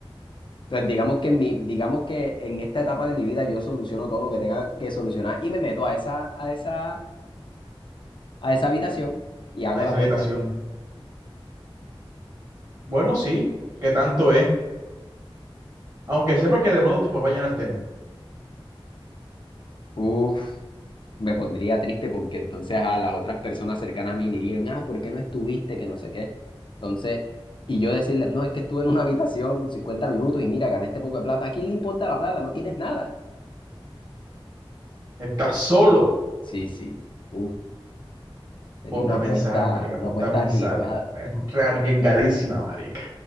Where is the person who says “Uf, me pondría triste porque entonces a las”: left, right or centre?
Left